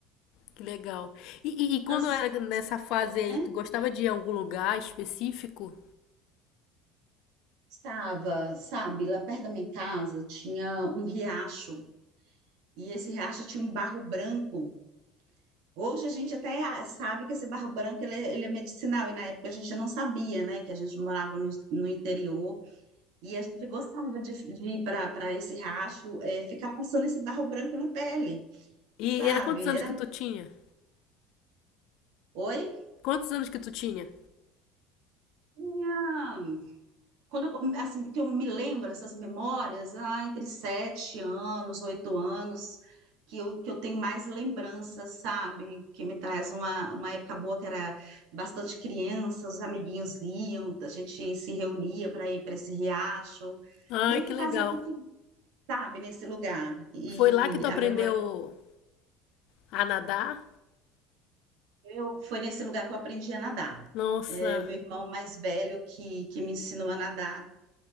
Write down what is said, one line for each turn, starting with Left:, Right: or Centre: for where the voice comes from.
Left: que legal. E,
Right: quantas,
Left: e, e quando era
Right: quantas
Left: nessa
Right: memórias,
Left: fase aí,
Right: né?
Left: tu gostava de ir a algum lugar específico?
Right: Estava, sabe, lá perto da minha casa tinha um riacho e esse riacho tinha um barro branco. Hoje a gente até ah, sabe que esse barro branco ele, é ele é medicinal e na época a gente não sabia, né? Que a gente morava no, no interior e a gente gostava de, de ir para esse riacho, é ficar passando esse barro branco na pele,
Left: E
Right: sabe?
Left: era quantos anos
Right: Era,
Left: que tu tinha?
Right: oi?
Left: Quantos anos que tu tinha?
Right: Tinha quando eu, assim, que eu me lembro essas memórias, ah, entre sete anos, oito anos, que eu, que eu tenho mais lembranças, sabe? Que me traz uma, uma época boa que era bastante criança, os amiguinhos iam, a gente se reunia para ir para esse riacho,
Left: Ai,
Right: meio
Left: que
Right: que
Left: legal.
Right: fazia piquenique, sabe, nesse lugar. E
Left: Foi lá que tu
Right: a
Left: aprendeu
Right: memória
Left: a nadar?
Right: que eu foi nesse lugar que eu aprendi a nadar.
Left: Nossa,
Right: É, o meu irmão mais velho que, que me ensinou a nadar.